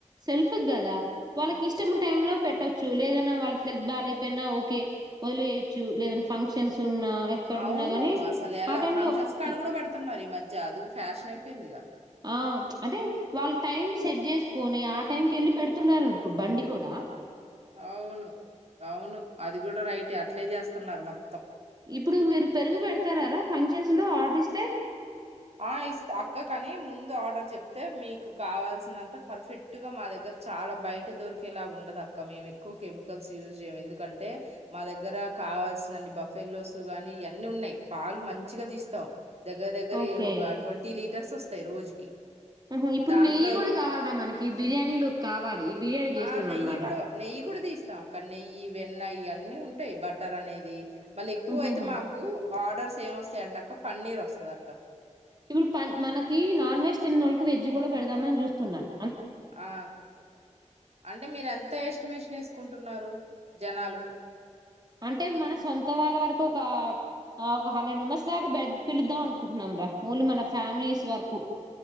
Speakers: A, on the right; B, on the right.
A: సెల్ఫ్ గదా వాళ్ళకి ఇష్టం టైమ్ లో పెట్టచ్చు లేదన్నా వాళ్ళకి హెల్త్ బాగాలేపోయినా ఓకే వదిలేయొచ్చు లేదన్ ఫంక్షన్స్ ఉన్నా ఎక్కడున్నా
B: అవును
A: గాని
B: అసలు ఎలా
A: ఆ టైమ్
B: ఫంక్షన్స్
A: లో
B: కాడ
A: ఇ
B: గుడా పెడుతున్నారు ఈ మధ్య అది కూడా ఫ్యాషన్ అయిపోయిందిగా.
A: ఆ అంటే వాళ్ళ టైం సెట్ చేసుకోని ఆ టైంకెళ్ళి పెడుతున్నారు ఇప్పుడు బండి గూడా
B: అవును అవును అది గుడా రైటే అట్లే చేస్తున్నారు మొత్త్
A: ఇప్పుడు మీరు పెరుగు పెడతారారా ఫంక్షన్స్ లో ఆర్డర్ ఇస్తే
B: ఆ ఇస్త అక్క కాని ముందు ఆర్డర్ చెప్తే మీకు కావాల్సినంత ఫర్ఫెక్ట్ గా మా దగ్గర చాలా బయట దొరికేలాగా ఉండదక్క మేము ఎక్కువ కెమికల్స్ యూజ్ చేయము ఎందుకంటే మా దగ్గర కావల్సిన్ని బఫెల్లోస్ గానీ ఇయన్నీ ఉన్నయి పాలు మంచిగా తీస్తాం దగ్గ్ దగ్గరి
A: ఓకే
B: ఒక ట్వంటీ లీటర్స్ వస్తాయి రోజుకి
A: ఓహో ఇప్పుడు
B: దాంట్లో
A: నెయ్యి గూడా కావాలిరా మనకి బిర్యానీలోక్ కావాలి బిర్యానీ చేస్తున్నాను
B: ఆ నెయ్యి
A: అనమాట
B: గుడ నెయ్యి గుడ తీస్ అక్క నెయ్యి వెన్న ఇయన్నీ ఉంటాయి బటర్ అనేది మళ్ళి ఎక్కువైతే
A: ఉహుహు
B: మాకు ఆర్డర్స్ ఏం వస్తాయంటే అక్క పన్నీర్ వస్తుదక్క
A: ఇప్పుడు మనకి నాన్ వెజ్ తిన్న వాళ్ళకి వెజ్ కూడా పెడదామ అని చూస్తున్నాను
B: ఆ అంటే మీర ఎంత ఎస్టిమేషన్ వేసుకుంటున్నారు జనాలు
A: అంటే మన సొంత వాళ్ళ వరకు ఒక ఒక హండ్రెడ్ మెంబర్స్ దాకా పెిలుద్దాం అనుకుంటున్నాంరా ఓన్లీ మన ఫ్యామిలీస్ వరకు